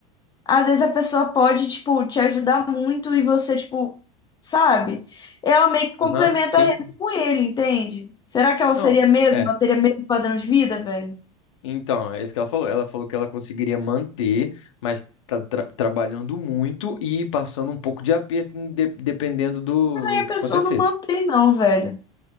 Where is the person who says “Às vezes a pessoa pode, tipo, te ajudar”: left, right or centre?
Left